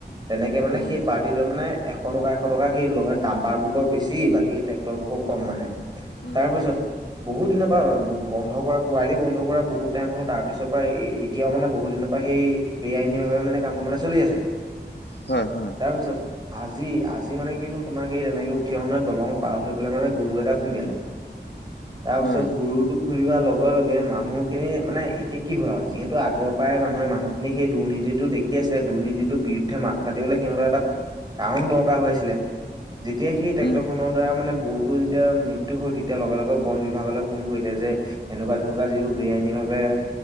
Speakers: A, on the right (about 25°); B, on the left (about 70°).
A: তেনেকে মানে
B: উম
A: সেই পাৰ্টিটোৱে মানে এশ টকা এশ টকা সেই লয়, ডাম্পাৰ বুকৰৰ বেছি বাকী ট্ৰেক্টৰ বুকো কম মানে।
B: উম
A: তাৰ পিছত বহুত দিনৰ পৰা বন্ধ কৰা কুৱাৰি বন্ধ কৰা বহুত টাইম হ'ল তাৰ পিছত এতিয়াও মানে বহু দিনৰ পৰা সেই বে আইনীভাৱে মানে কামটো মানে চলি আছে।
B: হয়, হয়।
A: তাৰপিছত আজি আজি মানে কি হ'ল তোমাৰ সেই তেনেকে উঠি অহোতে দলং পাৰ হৈ পেলাই মানে গৰু এটা খুন্দিয়ালে।
B: <inaudible>
A: তাৰ
B: হয়
A: পিছত গৰুটো খুন্দিওৱা লগে লগে মানুহখিনি মানে সেই কি হ'ল আৰু যিহেতু আগৰ পৰাই মানুহে মানুহখিনি সেই দুৰ্নীতিটো দেখি আছিলে দুৰ্নীতিটোৰ বিৰুদ্ধে মাত মাতিব সিহঁতৰ এটা কাৰণ দৰকাৰ হৈ আছিলে। যেতিয়া সেই ট্ৰেক্টৰখনৰ
B: উম
A: দ্বাৰা মানে গৰুটোৰ যেতিয়া মৃত্যু হ'ল। তেতিয়া লগে লগে বন বিভাগলৈ ফোন কৰিলে। যে এনেকুৱা তেনেকুৱা যিবোৰ বে আইনী ভাৱে